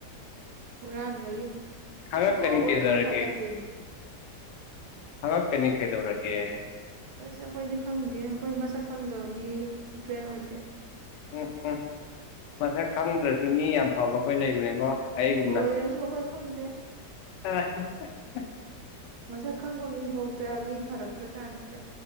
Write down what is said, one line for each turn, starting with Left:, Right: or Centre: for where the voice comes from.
Right: ꯍꯨꯔꯥꯟꯕꯒꯤ
Left: ꯍꯪꯉꯛꯀꯅꯤ
Right: ꯐꯣꯇꯣꯕꯨ
Left: ꯀꯩꯗꯧꯔꯒꯦ
Right: ꯑꯝꯇꯕꯨ ꯊꯥꯒꯠꯇꯦꯅꯦ
Left: ꯊꯒꯠꯀꯅꯤ ꯀꯩꯗꯧꯔꯒꯦ
Right: ꯑꯁꯤ ꯑꯩꯈꯣꯏꯗꯤ ꯈꯪꯗꯦ ꯑꯩꯈꯣꯏ ꯃꯁꯛ ꯈꯪꯗꯕ ꯃꯤ ꯐ꯭ꯔꯦꯟ ꯑꯣꯏꯗꯦ
Left: ꯎꯝ ꯎꯝ ꯃꯁꯛ ꯈꯪꯗ꯭ꯔꯁꯨ ꯃꯤ ꯌꯥꯝ ꯐꯕ ꯑꯩꯈꯣꯏ ꯂꯩꯕꯅꯦꯀꯣ ꯑꯩꯒꯨꯨꯝꯅꯥ
Right: ꯑꯣꯏꯔꯁꯨ ꯑꯩꯈꯣꯏ ꯈꯪꯗꯦ
Left: <unintelligible>
Right: ꯃꯁꯛ ꯈꯪꯕ ꯃꯤꯐꯥꯎꯗ ꯃꯤ ꯐꯔꯛꯇ꯭ꯔ ꯀꯥꯟꯁꯤꯗ